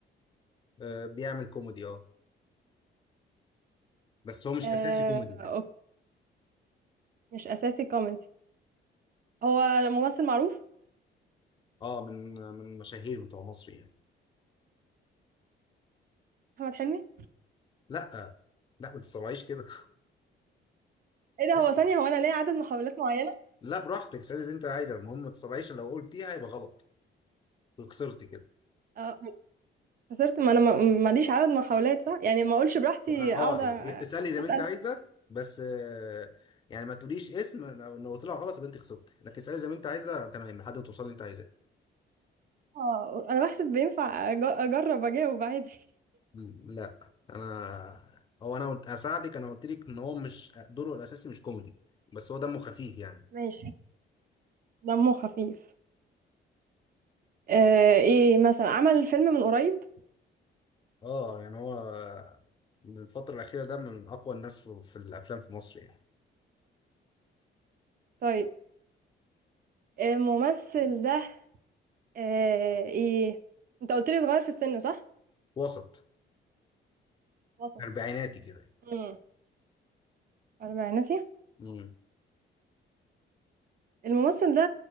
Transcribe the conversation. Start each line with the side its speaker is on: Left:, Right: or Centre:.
Left: آه بيعمل كوميدي اه بس هو مش
Right: آه
Left: اساسي كوميدي يعني
Right: أوكي. مش أساسي كوميدي هو ممثل معروف
Left: اه من من المشاهير بتوع مصر يعني
Right: أحمد حلمي
Left: لا لا ما تسرعيش كده
Right: ايه ده هو
Left: <laughs> اسكت.
Right: ثانية هو انا ليا عدد محاولات معينة
Left: لا براحتك اسألي زي انت عايزه المهم ما تسرعيش لو قلتيها هيبقى غلط خسرتي كده
Right: اه خسرت ما انا ما- ماليش عدد محاولات صح يعني ما اقولش براحتي
Left: اه
Right: اقعد أ-
Left: ي- اسألي زي
Right: اسأل
Left: ما انت عايزة بس آه، يعني ما تقوليش اسم لو لو طلع غلط يبقى انت خسرت لكن اسألي زي ما انت عايزة تمام لحد ما توصلي اللي انت عايزاه
Right: اه انا بحسب بينفع أج- اجرب اجاوب عادي
Left: م- لا انا هو انا قلت- هساعدك انا قلت لك ان هو مش دوره الاساسي مش كوميدي بس هو دمه خفيف يعني
Right: ماشي دمه خفيف آه ايه مثلا عمل فيلم من قريب
Left: اه يعني هو من الفترة الأخيرة ده من أقوى الناس في في الأفلام في مصر يعني
Right: طيب آه، الممثل ده آه ايه انت قلت لي صغير في السن صح
Left: وسط
Right: وسط
Left: أربعيناتي كده يعني
Right: امم اربعيناتي
Left: مم.
Right: الممثل ده